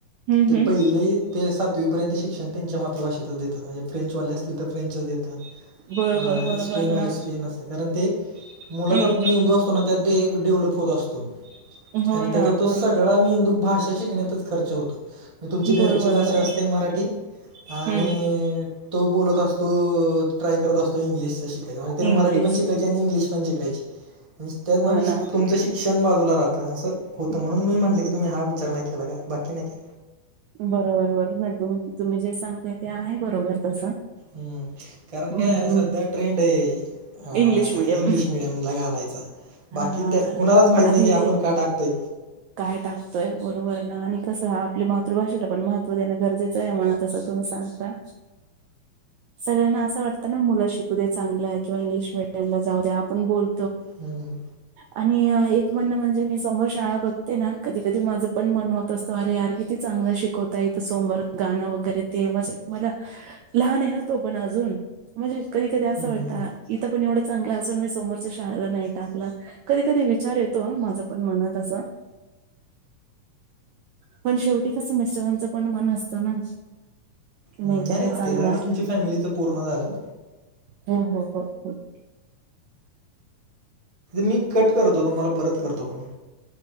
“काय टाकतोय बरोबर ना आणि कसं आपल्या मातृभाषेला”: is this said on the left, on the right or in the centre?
Right